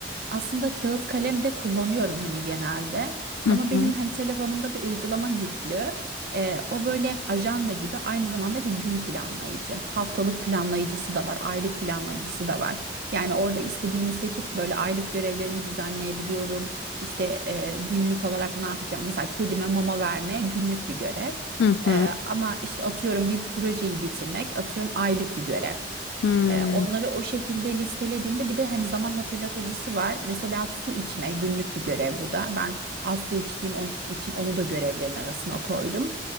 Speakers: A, on the right (about 55°); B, on the left (about 85°).
A: aslında kağıt kalem de kullanıyorum hani genelde
B: Hı
A: ama
B: hı.
A: benim hani telefonumda bir uygulama yüklü Eee, o böyle ajanda gibi aynı zamanda bir gün planlayıcı haftalık planlayıcısı da var aylık planlayıcısı da var yani orada istediğimi seçip böyle aylık görevlerimi düzenleyebiliyorum İşte eee, günlük olarak ne yapacağım mesela kedime mama verme günlük bir görev
B: Hı
A: Eee,
B: hı.
A: ama işte atıyorum bir projeyi bitirmek atıyorum aylık bir görev.
B: Hmm.
A: E, onları o şekilde listelediğimde bir de hani zaman hatırlatıcısı var. Mesela su içme günlük bir görev bu da. Ben az su içtiğim on- için onu da görevlerin arasına koydum.